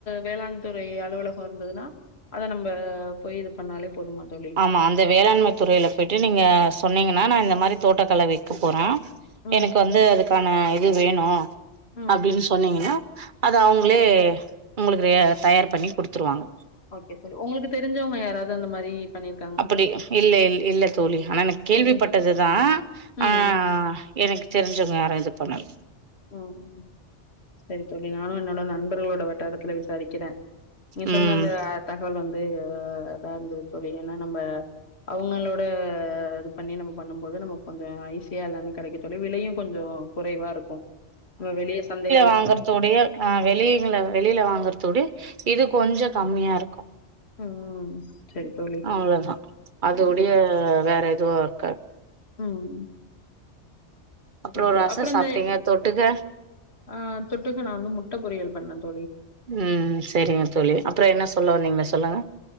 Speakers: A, on the left; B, on the right.
A: வேளாண் துறை அலுவல கோ இருந்ததுன்னா அத நம்ம போய் இது பண்ணாலே போதுமா தோழி
B: ஆமா அந்த வேளாண்மை துறைல போய்ட்டு நீங்க சொன்னீங்கன்னா
A: ம்
B: நா இந்த மாரி தோட்டக்கலை வை க்கப்போறே
A: ம்
B: எனக்கு வந்து அதுக் கான இது வேணு
A: ம்
B: அப்டின்னு சொன்னீங்கன்னா அது அவங்களே உங்களுக்கு ஆ தயார் பண்ணி குடுத்துருவாங்க.
A: ஓகே தோழி உங்களுக்கு தெரிஞ்சவங்க யாராவது அந்த மாரி பண்ணிரு
B: அப்படி இல்ல இல் இல்ல தோழி ஆனா நா கேள்விப்பட்டதுதா
A: ம் ம்
B: ஆ
A: ம்
B: எனக்கு தெரிஞ்சவங்க யாரு இது பண்ணல.
A: ம் ம் சரி தோழி நானு என்னோ ட நண்பர்களோட வட்டாரத்துல விசாரிக்கறே நீங்க
B: ம்
A: சொன்ன அந்த தகவல் வந்து ஆ இதா இருந்தது தோழி ஏன்னா நம்ம அவங்களோட இது பண்ணி நம்ம பண்ணும் போது நமக்கு கொஞ்சோ ஈசியா எல்லாமே கெடைக்கு தோழி விலையு கொஞ்சோ குறைவா இரு க்கு நம்ம வெளிய சந்தை
B: வாங்கறத விடயு ஆ வெளியில வெளியில வாங்கறத விட இது கொஞ்சோ கம்மியா இருக்கு
A: ம் சரி தோழி
B: அவ்ளோதா அது
A: ம்
B: உடைய வேற இதுவா இருக்காது
A: ம்
B: அப்றோ
A: சரி தோழி
B: ரசோ
A: அப்புற
B: சாப்ட்டீங்க
A: இந்த
B: தொட்டுக்க?
A: ஆ தொட்டுக்க நா வந்து முட்ட பொரியல் பண்ணே தோழி
B: ம் செரிங்க தோழி அப்றோ என்ன சொல்ல வந்தீங்க சொல்லுங்க.